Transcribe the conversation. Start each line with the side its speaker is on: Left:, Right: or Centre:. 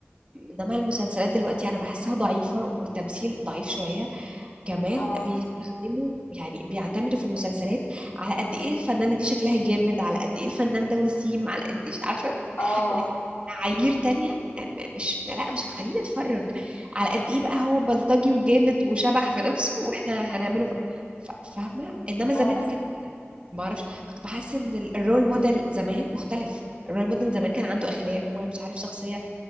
Right: إنما المسلسلات دلوقتي أنا بحسها ضعيفة والتمثيل ضعيف شوية كمان
Left: اه
Right: بيستخدموا يعني بيعتمدوا في المسلسلات على قد ايه الفنانة دي شكلها جامد على قد ايه الفنان ده وسيم على قد ايه عارفة
Left: اه
Right: اللي هي معايير تانية م- مش لا مش هتخليني اتفرج على قد ايه بقى هو بلطجي وجامد وشبح في نفسه واحنا هنعمله
Left: اه
Right: بقى ف- فاهمة انما
Left: اه
Right: زمان ما كانش كده ما اعرفش كنت بحس ان ال- الرول موديل زمان مختلف الرول موديل زمان كان عنده اخلاق ومش عارف شخصية